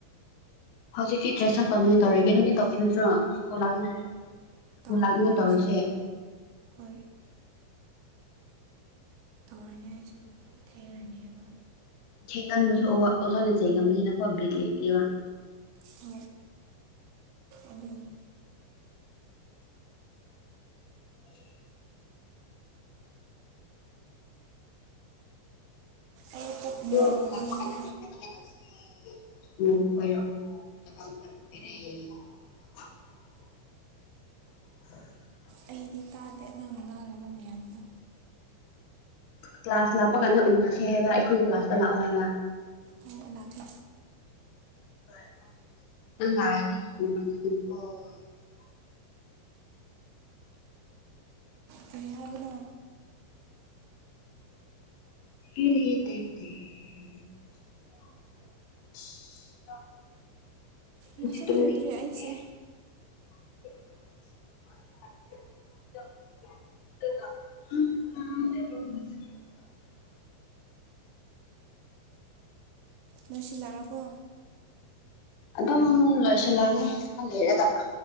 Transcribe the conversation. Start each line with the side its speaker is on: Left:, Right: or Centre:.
Left: ꯍꯧꯖꯤꯛꯀꯤ ꯗ꯭ꯔꯦꯁ ꯁꯠꯠꯇꯧ ꯅꯣꯏꯅ ꯇꯧꯔꯒꯦ ꯅꯒꯤ ꯇꯧꯈꯤꯕꯗ꯭ꯔꯣꯀꯨꯜꯠꯇ꯭ꯔ ꯁꯀꯨꯜ
Right: ꯇꯧꯔꯅꯤ
Left: ꯂꯥꯛꯅꯤ ꯇꯧꯔꯤꯁꯦ
Right: ꯑꯩꯁꯨ ꯍꯣꯏ ꯇꯧꯔꯅꯤ ꯑꯩꯁꯨ ꯊꯦꯡꯔꯅꯦꯕ
Left: ꯊꯦꯡꯒꯟꯕꯁꯨ ꯑꯣꯖ ꯅ ꯆꯩꯒꯟꯕꯥꯅꯤꯅ ꯀꯦ ꯕꯤꯠ ꯂꯩꯇꯦꯕꯥ
Right: ꯍ ꯑꯗꯨ
Left: <unintelligible>
Right: ꯑꯩ ꯄꯨꯛ
Left: ꯁ꯭ꯀꯨꯜ
Right: ꯅꯨꯡꯉꯥꯏꯇꯕꯒꯤꯀꯣ
Left: ꯂꯥꯛꯄ ꯀꯥꯟꯗ ꯊꯦꯡꯅꯥꯅꯤꯡꯉꯥꯏ ꯇꯧꯁꯦ ꯀꯣꯏꯔꯛꯑꯣ <unintelligible> <unintelligible>
Right: ꯑꯩꯗꯤ ꯇꯥꯗꯦ ꯅꯪꯅ ꯉꯥꯡꯉꯤꯕ ꯃꯌꯥꯝꯗꯣ
Left: ꯀ꯭ꯂꯥꯁ ꯂꯥꯛꯄ ꯀꯥꯟꯗ ꯎꯅꯁꯦ ꯍꯥꯏꯕ ꯑꯩꯈꯣꯏꯒꯤ ꯀ꯭ꯂꯥꯁꯇ ꯂꯥꯛꯑꯣ ꯍꯥꯏꯕ
Right: ꯍꯣꯏ ꯂꯥꯛꯀꯦ
Left: <unintelligible>
Right: ꯀꯩ ꯍꯥꯏꯕꯅꯣ
Left: <unintelligible> <unintelligible>
Right: ꯃꯁꯛ ꯇꯧꯗ꯭ꯔꯤ ꯑꯩꯁꯦ
Left: <inaudible> <unintelligible>
Right: ꯂꯣꯏꯁꯤꯜꯂꯛ ꯑꯥꯕꯣ
Left: ꯑꯗꯨꯝ ꯂꯣꯏꯁꯤꯜꯂꯒꯦ ꯈꯔ ꯂꯩꯔꯒ